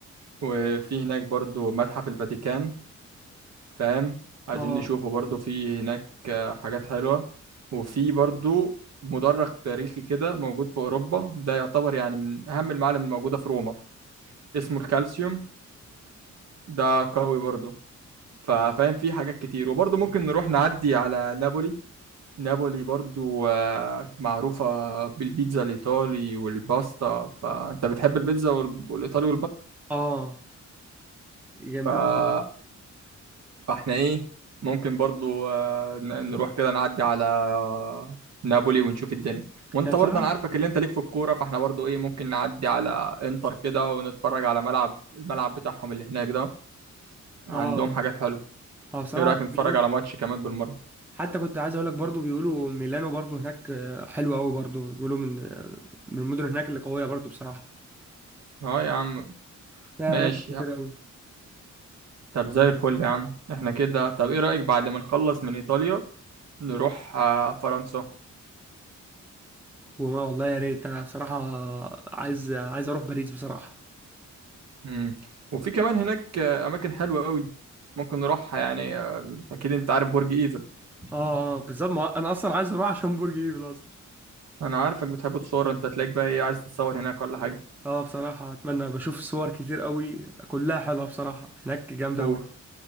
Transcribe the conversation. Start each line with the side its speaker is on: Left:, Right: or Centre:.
Right: وفي هناك برضو متحف الفاتيكان فاهم عايزين
Centre: أه
Right: نشوفه برضو في هناك آه، حاجات حلوة وفي برضو مدرج تاريخي كده موجود في أوروبا ده يعتبر يعني من أهم المعالم الموجودة في روما اسمه الكالسيوم ده قوي برضو ففاهم في حاجات كتير وبرضو ممكن نروح نعدي على نابولي نابولي برضو آه، معروفة بالبيتزا الإيطالي والباستا فأنت بتحب البيتزا وال- والإيطالي
Centre: أه جامدين
Right: والباستا
Centre: بصراحة
Right: فاحنا ايه ممكن برضو آه، ن- نروح كده نعدي على آه، نابولي ونشوف الدنيا وانت
Centre: هي بصراحة
Right: برضه انا عارفك اللي انت ليك في الكوره فاحنا برضو ايه ممكن نعدي على انتر كده ونتفرج على ملعب الملعب بتاعهم اللي هناك ده عندهم
Centre: اه
Right: حاجات حلوه
Centre: هو بصراحة
Right: ايه رايك نتفرج
Centre: جامد
Right: على ماتش كمان بالمره
Centre: حتى كنت عايز اقول لك برضو بيقولوا ميلانو برضو هناك آه، حلوة قوي برضو بيقولوا من آه، من المدن هناك اللي قوية برضو بصراحة
Right: اه يا عم
Centre: لا
Right: ماشي
Centre: اماكن كتير
Right: يا-
Centre: قوي
Right: طب زي الفل يا عم احنا كده طب ايه رايك بعد ما نخلص من ايطاليا نروح آه، فرنسا
Centre: وما والله يا ريت انا بصراحة عايز عايز اروح باريس بصراحة
Right: مم. وفي كمان هناك آه، اماكن حلوه قوي ممكن نروحها يعني آه، اكيد انت عارف برج ايفل
Centre: اه اه بالظبط ما انا اصلا عايز اروح عشان برج ايفل اصلا
Right: انا عارفك بتحب تصور انت تلاقيك بقى ايه عايز تتصور هناك ولا حاجه
Centre: اه بصراحة اتمنى بشوف صور كتير قوي كلها حلوة بصراحة هناك جامدة
Right: و...
Centre: قوي